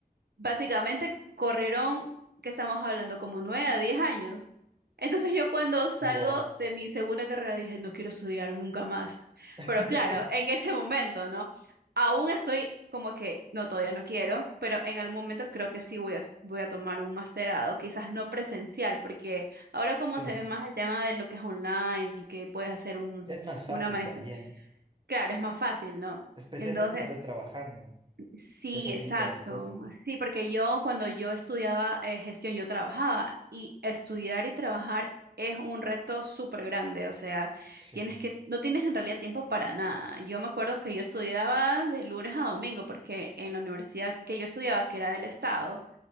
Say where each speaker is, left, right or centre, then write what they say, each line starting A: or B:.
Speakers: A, on the right; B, on the right.
A: básicamente corrieron, que estamos hablando, como nueve a diez años. Entonces yo cuando salgo
B: Wow.
A: de mi segunda carrera dije, no quiero estudiar nunca más.
B: <laughs>
A: Pero claro, en este momento, ¿no? Aún estoy como que, no, todavía no quiero, pero en algún momento creo que sí voy a, voy a tomar un masterado, quizás no presencial, porque ahora como
B: Sí,
A: se ve más el tema de lo que es online y que puedes hacer un,
B: es más fácil
A: una maestría,
B: también,
A: claro, es más fácil, ¿no?
B: especialmente
A: Entonces,
B: si estás trabajando,
A: Sí,
B: te facilita
A: exacto.
B: las cosas.
A: Sí, porque yo cuando yo estudiaba eh, gestión, yo trabajaba y estudiar y trabajar es un reto súper grande. O sea,
B: Sí,
A: tienes que, no tienes en realidad tiempo para nada. Yo me acuerdo que yo estudiaba de lunes a domingo porque en la universidad que yo estudiaba, que era del estado,